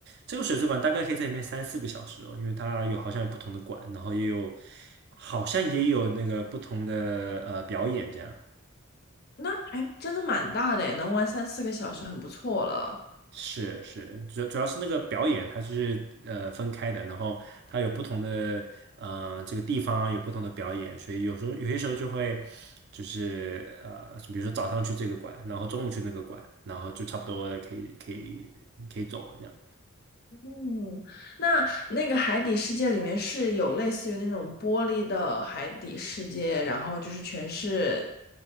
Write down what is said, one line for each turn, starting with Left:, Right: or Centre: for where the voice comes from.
Right: 这个水族馆大概可以在里面三四个小时哦，因为它有好像有不同的馆，然后也有好像也有那个不同的呃表演这样。
Left: 那还真的蛮大的哎，能玩三四个小时很不错了。
Right: 是是，主主要是那个表演它是呃分开的，然后它有不同的呃这个地方有不同的表演，所以有时候有些时候就会就是呃比如说早上去这个馆，然后中午去那个馆，然后就差不多可以可以可以走了那样。
Left: 嗯，那那个海底世界里面是有类似于那种玻璃的海底世界，然后就是全是